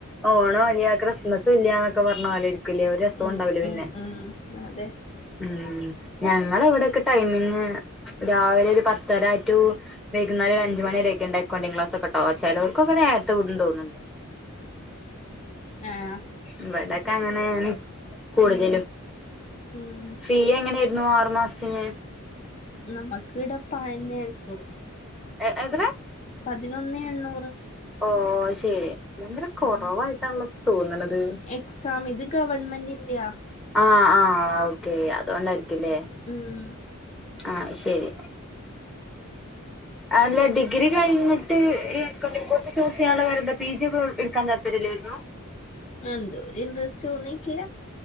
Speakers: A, in the centre; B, on the left.
A: ഓണോല്യ ക്രിസ്മസും ഇല്ല്യാന്നൊക്കെ പറഞ്ഞ പോലിരി ക്കൂലേ ഒരു രസോം
B: ഉം
A: ഉണ്ടാവുല പിന്നെ
B: ഉം ഉം അതെ
A: ഉം ഞങ്ങളെ ഇവിടൊക്കെ ടൈമിങ് രാവിലെ ഒരു പത്തര ടു വൈകുന്നേരം ഒര് അഞ്ച്മണി വരൊക്കെ ഉണ്ട കൊണ്ടിങ് ക്ലാസ് ഒക്കെ ട്ടോ ചെലോൽക്കൊക്കെ നേരത്തെവിടുന്ന് തോന്ന്ണ്ട്
B: ആഹ്
A: ഇവിടൊക്കെ അങ്ങനേണ് കൂടുതലും
B: ഉം ഉം
A: ഫീ എങ്ങനെയിരുന്നു ആറു മാസത്തിന്
B: നമ്മക്ക് ഇടെ പഴന്നെ എഴുന്നൂറ്
A: എ എത്ര
B: പതിനൊന്നെ എണ്ണൂറ്
A: ഓ അയ്ശെരി അന്നേരം കുറവായിട്ടാണല്ലോ
B: ഉം
A: തോന്ന്ണത്
B: എക്സാം ഇത് ഗവൺമെന്റിന്റെയാ
A: ആഹ് ആഹ് ഓക്കേ അതുകൊണ്ടായിരിക്കുല്ലേ
B: ഉം
A: ആഹ് ശരി അല്ല ഡിഗ്രി കഴിഞ്ഞിട്ട് <inaudible> ചൂസ് ചെയ്യാനുള്ള കാര്യം എന്താ പി ജി ഒക്കെ എടുക്കാൻ താല്പര്യല്ലായിരുന്നോ
B: എന്തോ ഒര് ഇൻട്രെസ്റ്റ് തോന്നിട്ടില്ല